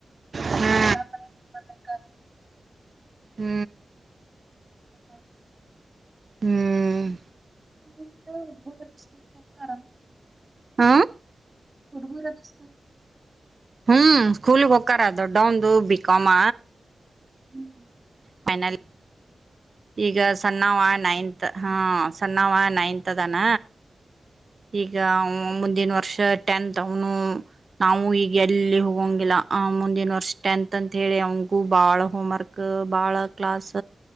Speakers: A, on the right (about 55°); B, on the right (about 30°).
A: ಹಾ
B: ಮೇ
A: ಹ್ಮ್
B: <inaudible>
A: ಹ್ಮ್
B: <unintelligible>
A: ಹ
B: ಹುಡುಗುರ ಸ್ಕ
A: ಹ್ಮ್ ಸ್ಕೂಲ್ಗ್ ಹೊಕ್ಕಾರ ದೊಡ್ಡಾವಂದು ಬೀ ಕಾಮ್
B: ಹ್ಮ್ ಹ್ಮ್
A: ಫೈನಲ್ ಈಗ ಸಣ್ಣಾವ
B: ಹೋಗಲ್ಲ
A: ನೈನ್ತ್ ಹಾ ಸಣ್ಣಾವ ನೈನ್ತ್ ಅದಾನ ಈಗ ಅವ ಮುಂದಿನ ವರ್ಷ ಟೆಂತ್ ಅವನು ನಾವು ಈಗ ಎಲ್ಲಿ ಹೋಗಂಗಿಲ್ಲ ಮುಂದಿನ ವರ್ಷ ಟೆಂತ್ ಅಂತ ಹೇಳಿ ಅವಗೂ ಬಾಳ ಹೋಮ್ವರ್ಕ್ ಬಾಳ ಕ್ಲಾಸ್